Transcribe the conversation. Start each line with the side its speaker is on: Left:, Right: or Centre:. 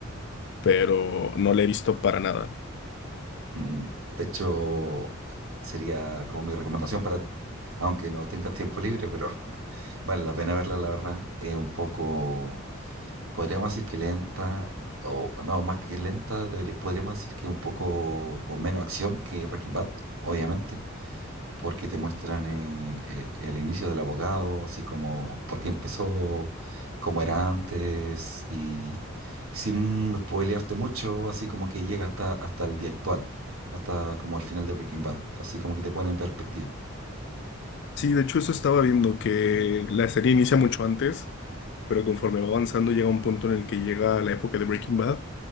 Left: pero no la he visto para nada.
Right: Mm, De hecho, sería como mi recomendación para ti, aunque no tengas tiempo libre, pero <laughs> vale la pena verla, la verdad. Es un poco podríamos decir que lenta, o no, más que lenta, debería- podríamos decir que un poco con menos acción que Breaking Bad, obviamente, porque te muestran eh, eh, el inicio del abogado, así como por qué empezó, cómo era antes, y sin spoilearte mucho, así como que llega hasta, hasta el día actual, hasta como el final de Breaking Bad, así como que te pone en perspectiva.
Left: Sí, de hecho eso estaba viendo, que la serie inicia mucho antes, pero conforme va avanzando llega un punto en el que llega la época de Breaking Bad,